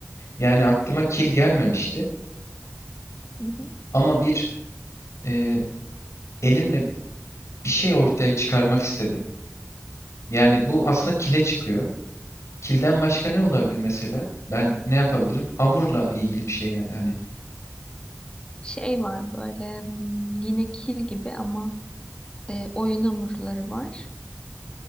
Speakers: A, on the left; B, on the left.
A: Yani aklıma kil gelmemişti
B: Hı hı.
A: ama bir e, elimle bir şey ortaya çıkarmak istedim. Yani bu aslında kile çıkıyor. Kilden başka ne olabilir mesela? Ben ne yapabilirim? Hamurla ilgili bir şey yani. Hani
B: Şey var böyle hmm, yine kil gibi ama e, oyun hamurları var.